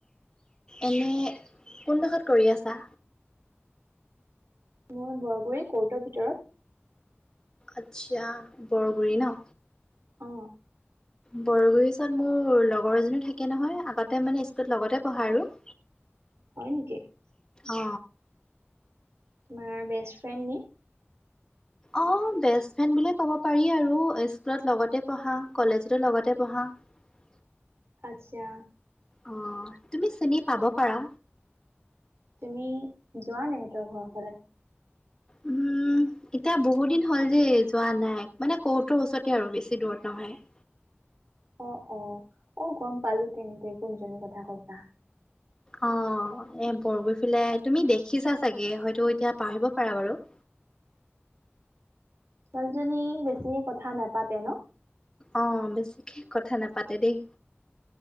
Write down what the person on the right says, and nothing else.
মই বৰগুৰি কৰ্টৰ ভিতৰত।
অ
হয় নেকি?
তোমাৰ বেষ্ট ফ্ৰেণ্ড নি?
আচ্ছা।
তুমি যোৱা নে সিহঁতৰ ঘৰৰ ফালে?
অ-অ, অ গম পালো তেন্তে কোনজনীৰ কথা কৈছা।
ছোৱালীজনী বেছিকে কথা নাপাতে ন?